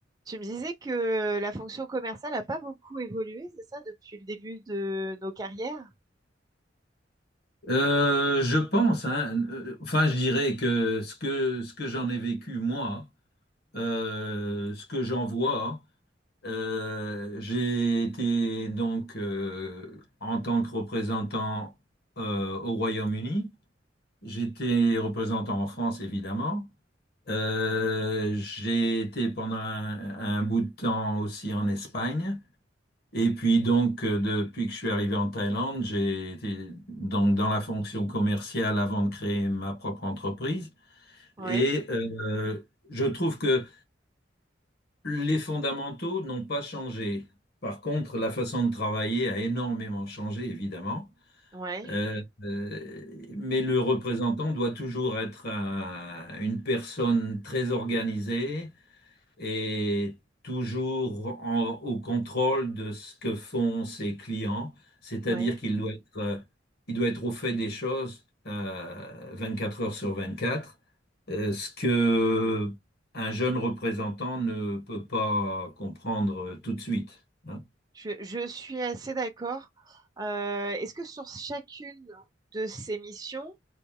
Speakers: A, on the right; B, on the left.
A: Tu me disais que la fonction commerciale n'a pas beaucoup évolué, c'est ça, depuis le début de nos carrières?
B: Euh, je pense, hein, euh, enfin, je dirais que ce que, ce que j'en ai vécu moi, euh, ce que j'en vois, euh, j'ai été donc euh, en tant que représentant euh, au Royaume-Uni, j'étais représentant en France évidemment, Euh, j'ai été pendant un un bout de temps aussi en Espagne. Et puis donc, euh, depuis que je suis arrivé en Thaïlande, j'ai été donc dans la fonction commerciale avant de créer ma propre entreprise.
A: Oui,
B: Et euh, je trouve que les fondamentaux n'ont pas changé. Par contre, la façon de travailler a énormément changé, évidemment.
A: oui,
B: Euh, euh, mais le représentant doit toujours être un- une personne très organisée, et toujours en- au contrôle de ce que font ses clients, c'est-à-dire
A: oui.
B: qu'il doit être, euh, il doit être au fait des choses euh, 24 heures sur 24, euh, ce que un jeune représentant ne peut pas comprendre euh, tout de suite. hein.
A: Je, je suis assez d'accord. Euh, est-ce que sur chacune de ces missions,